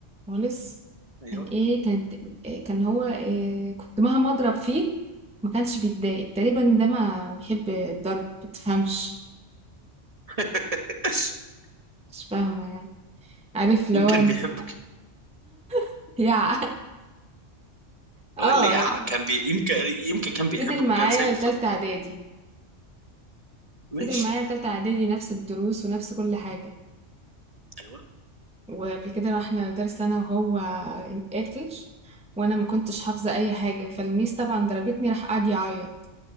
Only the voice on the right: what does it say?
أيوه
<laughs>
يمكن
بيحبك
قول لي يا كان بي... يمكن يمكن كان بيحبك
وكان سايبك
تضرب
ماشي
أيوه